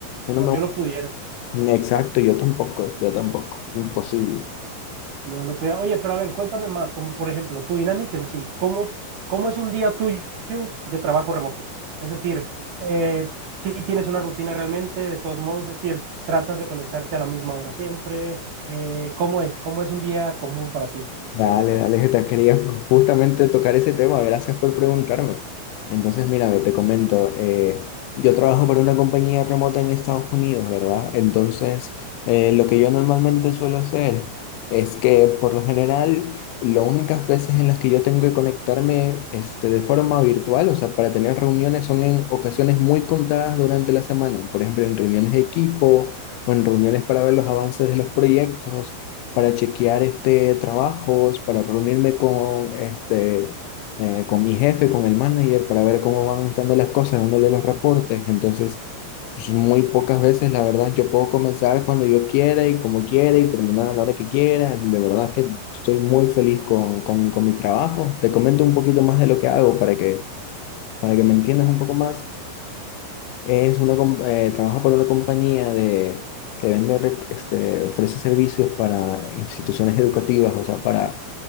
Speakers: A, on the left; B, on the right.
A: Yo no
B: No, yo no pudiera.
A: me... Exacto, yo tampoco, yo tampoco. Imposible.
B: No, no podía. Oye, pero a ver, cuéntame más, como por ejemplo, tu dinámica en sí, ¿cómo, cómo es un día tuyo de trabajo remoto? Es decir, eh, si tienes una rutina realmente, de todos modos, es decir, tratas de conectarte a la misma hora siempre, eh, ¿cómo es? ¿Cómo es un día común para ti?
A: Dale, dale, que te quería <laughs> justamente tocar ese tema, gracias por preguntarme. Entonces, mira, ve, te comento, eh, yo trabajo para una compañía remota en Estados Unidos, ¿verdad? Entonces, eh, lo que yo normalmente suelo hacer es que, por lo general, las únicas veces en las que yo tengo que conectarme, este, de forma virtual, o sea, para tener reuniones, son en ocasiones muy contadas durante la semana, por ejemplo, en reuniones de equipo o en reuniones para ver los avances de los proyectos para chequear este, trabajos, para reunirme con, este, eh, con mi jefe, con el manager, para ver cómo van estando las cosas, dándole los reportes. Entonces, pues, muy pocas veces, la verdad, yo puedo comenzar cuando yo quiera y como quiera y terminar a la hora que quiera. De verdad que estoy muy feliz con, con, con mi trabajo. Te comento un poquito más de lo que hago para que, para que me entiendas un poco más. Es una, com- eh, trabaja para una compañía de, que vende, rec- este, ofrece servicios para instituciones educativas, o sea, para